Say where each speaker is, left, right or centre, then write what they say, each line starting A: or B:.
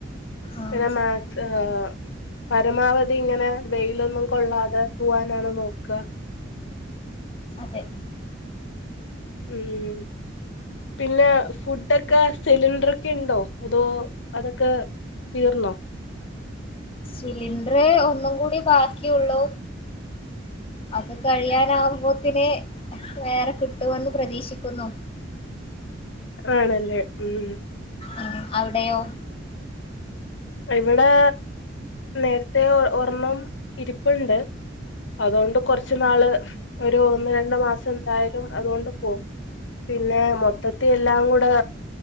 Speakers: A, on the left; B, on the left.
A: ആഹ്
B: പിന്നെ മാക്സ് ആ ആ പരമാവധി ഇങ്ങനെ വെയിലൊന്നും കൊള്ളാതെ പോവാനാണ് നോക്കുക
A: അതെ
B: ഉം പിന്നെ ഫുഡൊക്കെ സിലിണ്ടർ ഒക്കെ ഉണ്ടോ അതോ അതൊക്കെ തീർന്നോ
A: സിലിണ്ടർ ഒന്നും കൂടി ബാക്കിയുള്ളൂ അത് കഴിയാനാവകുമ്പോത്തിന് വേറെ കിട്ടുമെന്ന് പ്രതീക്ഷിക്കുന്നു
B: ആണല്ലേ ഉം
A: ഉം അവിടെയോ
B: ഇവിടെ നേരത്തെ ഒരെണ്ണം ഇരിപ്പുണ്ട് അതുകൊണ്ട് കൊറച്ച് നാള് ഒരു ഒന്ന് രണ്ട് മാസം എന്തായാലും അതുകൊണ്ട് പോവും പിന്നെ മൊത്തത്തി എല്ലാം കൂടെ